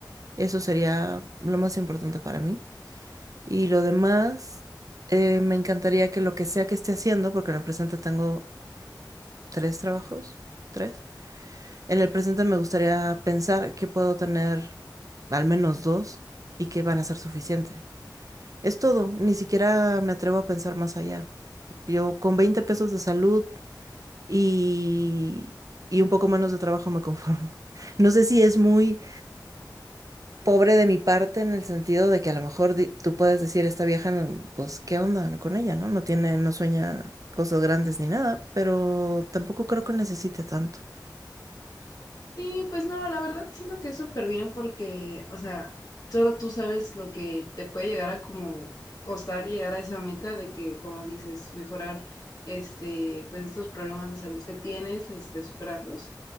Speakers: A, on the right; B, on the left.
A: Eso sería lo más importante para mí. Y lo demás, eh, me encantaría que lo que sea que esté haciendo, porque en el presente tengo tres trabajos, tres. En el presente me gustaría pensar que puedo tener al menos dos y que van a ser suficiente. Es todo, ni siquiera me atrevo a pensar más allá. Yo con 20 pesos de salud y, y un poco menos de trabajo me conformo. <laughs> No sé si es muy pobre de mi parte en el sentido de que a lo mejor di- tú puedes decir, esta vieja, no- pues, ¿qué onda con ella, no? No tiene, no sueña cosas grandes ni nada, pero tampoco creo que necesite tanto.
B: Sí, pues no, la verdad siento que es súper bien porque, o sea, solo tú sabes lo que te puede llegar a como costar llegar a esa meta de que, como dices, mejorar este, pues estos problemas de salud que tienes, este, superarlos.